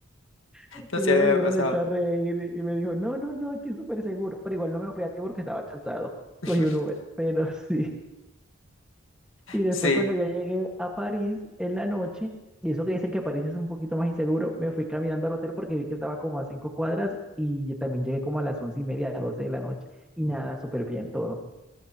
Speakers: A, in the centre; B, on the left (about 70°).
A: Entonces
B: No sé, a mí
A: la señora
B: me pasaba.
A: se echó a reír y me dijo, no, no, no, aquí es súper seguro. Pero igual no me fui a tiempo porque estaba cansado.
B: <laughs>
A: Cogí un Uber, pero <laughs> sí. Y después
B: Sí,
A: cuando ya llegué a París en la noche, y eso que dicen que París es un poquito más inseguro, me fui caminando al hotel porque vi que estaba como a cinco cuadras y yo también llegué como a las once y media, a doce de la noche. Y nada, súper bien todo.